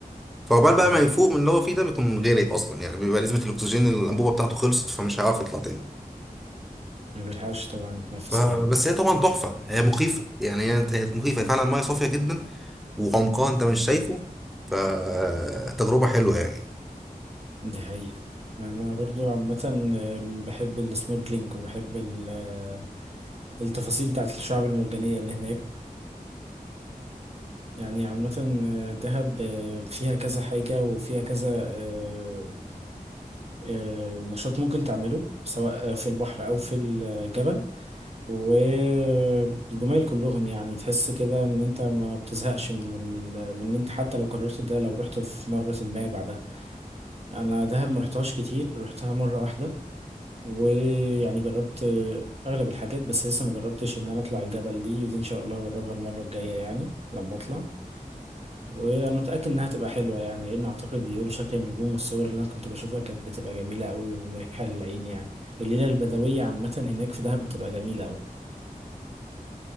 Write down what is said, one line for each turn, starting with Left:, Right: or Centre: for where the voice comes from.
Centre: فعقبال بقى
Right: مم.
Centre: ما يفوق من اللي هو فيه ده بيكون غرق اصلا يعني بيبقى نسبه الاكسجين اللي الانبوبه بتاعته خلصت فمش هيعرف يطلع تاني
Right: ما بيلحقش طبعا يتنفس
Centre: ف-
Right: ايوه
Centre: بس هي طبعا تحفه هي مخيفه يعني هي هي مخيفه هي فعلا ميه صافيه جدا وعمقها انت مش شايفه فتجربه حلوه يعني
Right: دي حقيقة أنا برضو عامة آم، بحب السنوركلينج وبحب ال- آه، التفاصيل بتاعت الشعاب المرجانية اللي هناك يعني عامة آه، دهب آه، فيها كذا حاجة وفيها كذا آه، آه، نشاط ممكن تعمله سواء آه، في البحر أو في الجبل والجمال كلهم يعني تحس كده إن أنت ما بتزهقش من ال... من إن أنت حتى لو قررت ده لو رحت في مرة ما بعدها أنا دهب ما رحتهاش كتير رحتها مرة واحدة ويعني جربت اغلب الحاجات بس لسه ما جربتش ان انا اطلع الجبل دي دي ان شاء الله هجربها المره الجايه يعني لما اطلع وانا متاكد انها تبقى حلوه يعني لان اعتقد بيقولوا شكل النجوم والصور اللي انا كنت بشوفها كانت بتبقى جميله قوي ومريحه للعين يعني الليله البدويه عامه هناك في دهب بتبقى جميله قوي